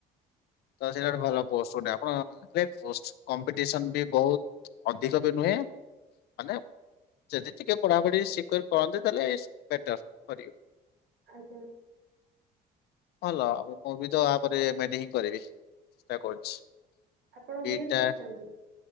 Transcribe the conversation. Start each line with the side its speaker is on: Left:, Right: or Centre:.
Left: ତ ସେଇଟା ଗୋଟେ ଆପଣ <unintelligible> ପୋଷ୍ଟ କମ୍ପିଡିସନ ବି ବହୁତ। ଅଧିକବି ନୁହେଁ ମାନେ ଯଦି ଟିକେ ପଢାପଢି ସେକ୍ୟୁର କରନ୍ତି ତାହେଲେ ବେଟର କରିବ।
Right: ଆଜ୍ଞା।
Left: ଭଲ ହବ ମୁଁ ବି ତ ଆ ପରେ ମେଡି ହିଁ କରିବି ଚେଷ୍ଟା କରୁଛି।
Right: ଆପଣ
Left: ବିଟା
Right: ବି ଇଡି କରିଛନ୍ତି?